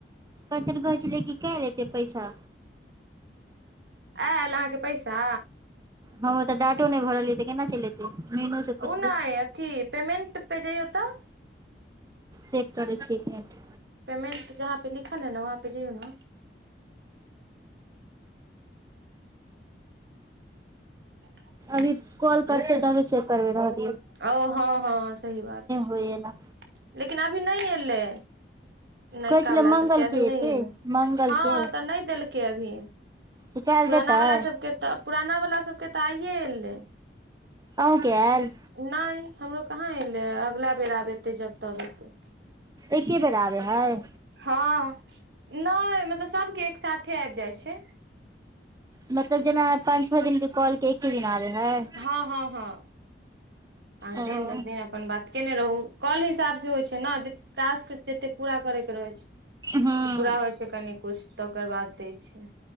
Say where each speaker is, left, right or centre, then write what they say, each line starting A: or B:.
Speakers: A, on the right (about 20°); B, on the right (about 75°).
A: कंचन कहे छलै कि कहिया देतै पैसा।
B: आयल अहाँके पैसा।
A: हम ओ तऽ डाँटो नहि भरलियै, तऽ केना चैल एतै, मेीनू से पुछबै।
B: ओ नहि अथी। पेमेंट पे जाइयो तऽ।
A: चेक करै छी एक मिनट।
B: पेमेन्ट जहाँपे लिखल हय ने वहाँपे जाइयो ने। अ <inaudible>
A: अभी कॉल करै छीयै तऽ अभी <inaudible>
B: ओ हँ- हँ सही बात छै,
A: होइ एना
B: लेकिन अभी नै एलै। नयका
A: कहै छलै
B: बला
A: मंगल
B: सबके, अभी
A: के
B: नै
A: एतै
B: एलै,
A: मंगल
B: हँ
A: के
B: तऽ नइ देलकै अभी।
A: तऽ काल्हि
B: पुराना
A: देतै
B: वाला सबके तऽ, पुराना वाला सबके तऽ आइए एलै।
A: अहूं के आएल।
B: नै हमरो कहाँ एलैए ह, अगला बेर आब एते जब -तब। एतै
A: एके बेेर ऐल रहय।
B: हां नै मतलब सबके एक साथे आएब जाय छै।
A: मतलब जेना अहां के पान छौ दिन के कॉल के एक दिन ऐल रहय।
B: हां-हां-हां। पाँच
A: ओ
B: दिन, दस दिन अप अपन बात केने रहू काॅल के हिसाब से होय छै नै जे टास्क जतय पूरा करय के रहय छै। तऽ
A: हँ
B: पूरा होय छै कनि कुछ तकर बाद दै छै।